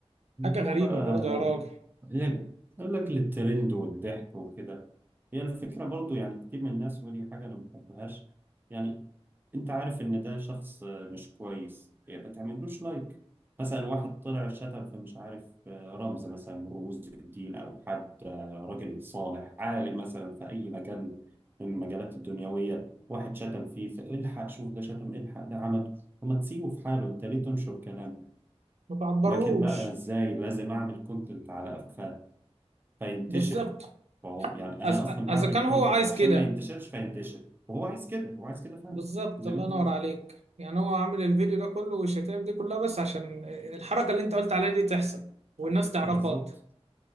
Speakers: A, on the right; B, on the right.
A: حاجة
B: هو
A: غريبة
B: بقى
A: برضه يا راجل
B: لعب يقول لك للترند والضحك وكده هي الفكرة برضو يعني كتير من الناس ودي حاجة أنا ما بحبهاش يعني أنت عارف إن ده شخص آه، مش كويس يعني ما تعملوش لايك مثلا واحد طلع شتم في مش عارف آه، رمز مثلا من رموز الدين أو حد آه، راجل صالح عالم مثلا في أي مجال من المجالات الدنيوية واحد شتم فيه فالحق شوف ده شتم الحق ده عمل وما تسيبه في حاله أنت ليه تنشر كلام
A: ما بعبرهوش
B: لكن بقى ازاي لازم اعمل كونتنت على قفاه فينتشر
A: بالظبط
B: فهو يعني انا
A: إذا
B: اصلا بعمل
A: إذا كان
B: كونتنت
A: هو عايز
B: عشان
A: كده
B: ما ينتشرش فينتشر وهو عايز كده هو عايز كده فعلا
A: بالظبط
B: زي
A: الله
B: ما انت
A: ينور
B: قلت
A: عليك يعني هو عامل الفيديو ده كله والشتائم دي كلها بس عشان الحركة اللي أنت قلت عليها دي تحصل والناس تعرفها
B: بالظبط
A: أكتر